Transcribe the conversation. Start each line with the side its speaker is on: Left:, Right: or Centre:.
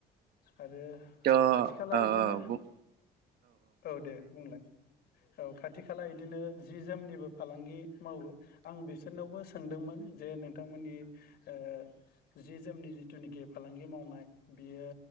Left: आरो
Right: थ' औ
Left: खाथि खाला
Right: औ
Left: इदिनो
Right: बुं
Left: औ दे बुंलाय। औ खाथि खाला इदिनो जि जोमनिबो फालांगि मावो आं बिसोरनावबो सोंदोंमोन जे नों। थांमोननि ओ जि जोमनि जिथुनिखि फालांगि मावनाय बियो।